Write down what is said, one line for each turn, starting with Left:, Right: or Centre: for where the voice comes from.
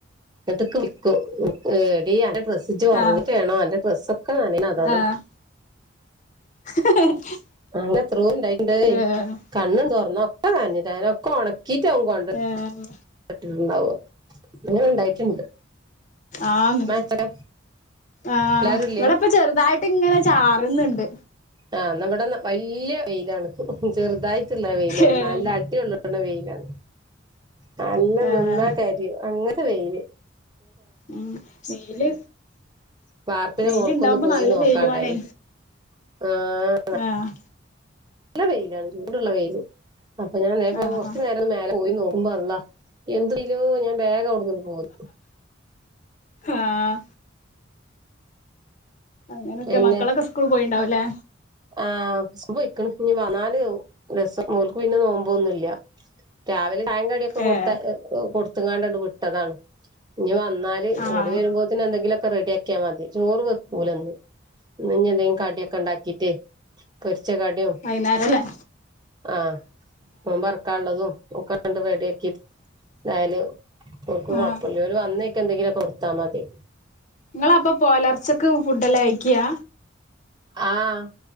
Right: അതൊക്ക ഏന്റെ <unintelligible> ഇജ്ജ് ഒറങ്ങിട്ടു
Left: ആഹ്
Right: വേണം അന്റെ ഡ്രസ്സൊക്കെ നനയുന്നേ അതാന്ന്-
Left: ആഹ് <inaudible>
Right: അങ്ങനത്തെ എത്രോ ഇണ്ടായിണ്ട്
Left: ഏഹ്
Right: കണ്ണും തൊറന്ന് ഒക്കെ നനഞ്ഞിട്ട് അങ്ങനെ ഒക്കെ ഒണക്കിട്ട ആവും അവൻ കൊണ്ട് -
Left: ഏഹ്
Right: കിട്ടിട്ടുണ്ടാവുക അങ്ങനെ ഉണ്ടായിട്ടുണ്ട്
Left: ആന്
Right: മാച്ചക്ക
Left: ആഹ്
Right: എല്ലാരും ഇല്ലേ
Left: ഇവിടെയിപ്പ ചെറുതായിട്ട്- ഇപ്പ ഇങ്ങനെ ചാറുന്നുണ്ട്
Right: ആ എന്നാ ഇവിടെ നമ്മടെ വലിയ വെയിലാണ് ചെറുതായിട്ടുള്ള വെയിലല്ല
Left: ഏഹ്
Right: നല്ല അടിള്ള- വെയിലാണ് നന്നെ
Left: ഏഹ്
Right: നിന്നാൽ കരിയും അങ്ങന - തെളച്ച വെയില്
Left: ഉം വെയില്
Right: വാർപ്പിന്റയ്
Left: വെയിലുണ്ടാവുമ്പോ
Right: മോൾക്കൊന്ന് പോയി
Left: നല്ല
Right: നോക്കാണ്ടായിന്ന്
Left: വെയിലു ആണേ
Right: ആഹ്
Left: ആഹ്
Right: നല്ല വെയിലാണ് ചൂടുള്ള വെയിയില് അപ്പൊ ഞാൻ നേ പോ
Left: ആഹ്
Right: കൊറച്ചു നേരം ഒന്ന് മേലെ പോയി നോക്കുമ്പോ അള്ളാ എന്തലോ ഞാൻ വേഗം അവിടുന്ന് ഇങ്ങോട്ട് പോന്നു
Left: ആഹ് അങ്ങനെയൊക്കെ
Right: പിന്നെ
Left: മക്കളൊക്കെ സ്കൂൾ പോയിയുണ്ടാവും അല്ലേ
Right: ആഹ് സ്കൂളിൽ പോയേക്ക്ണ് ഇനി വന്നാല് രസം ഓർക്ക് പിന്നെ നോമ്പ് ഒന്നുമില്ല രാവിലെ ചായേം കടിയൊക്കെ കൊടുത്ത
Left: ഏഹ്
Right: കൊടുത്തങ്ങാണ്ടണ്ട് വിട്ടതാണ് ഇനി വന്നാല-
Left: ആഹ്
Right: ഓല് വരുമ്പോ തന്നെ എന്തെിലൊക്കെ റെഡി ആക്കിയാൽ മതി ചോറ് വെക്കുക അന്ന് ഇനി എന്തെങ്കിലും കടിയൊക്കെ ഒണ്ടാക്കീട്ടേ കൊറച്ച് കടിയും -
Left: വൈന്നേരം അല്ലേ
Right: ആഹ് മീൻ വറക്കാനുള്ളതും ഒക്കെ അങ്ങട് റെഡി ആക്കി- എന്തായാലും ഓലക്ക്
Left: ആഹ്
Right: കൊഴപ്പമില്ല ഓല് വന്നേക്ക എന്തെങ്കിലൊക്കെ കൊടുത്താൽ മതി
Left: നിങ്ങള് അപ്പൊ പോലർച്ചക്ക് ഫുഡ് അല്ലെ കഴിക്കിയാ
Right: ആഹ്